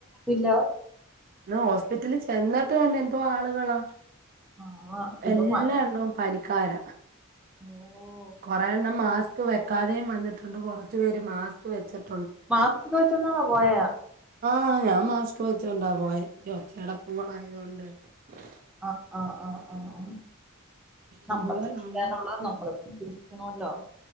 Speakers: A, in the centre; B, on the right.
A: ഇല്ല
B: ന്ന ഹോസ്പിറ്റലിൽ ചെന്ന ഇതന്നെ എന്തോ ആളുകളാ
A: ആ ഇത്
B: എല്ലാ
A: മ
B: എണ്ണോം പനി കാര
A: ഓ
B: കുറെ എണ്ണം മാസ്ക് വെക്കാതെയും വന്നിട്ടുണ്ട് കൊറച്ചു പേര് മാസ്ക് വെച്ചിട്ട്
A: മാസ്ക് വെച്ചോ ണ്ടാണോ പോയ
B: ആഹ് ഞാൻ മാസ്ക് വെച്ചോണ്ടാ പോയേ ഈ ഒച്ചയടപ്പൂടായതുകൊണ്ട് <unintelligible>
A: ആ ആ ആ ആ ആ
B: ഇഷ്ടംപോലെ
A: നമ്മൾ സൂക്ഷിക്കാനുള്ളത്
B: ആള്
A: നമ്മള സൂക്ഷിക്കണല്ലോ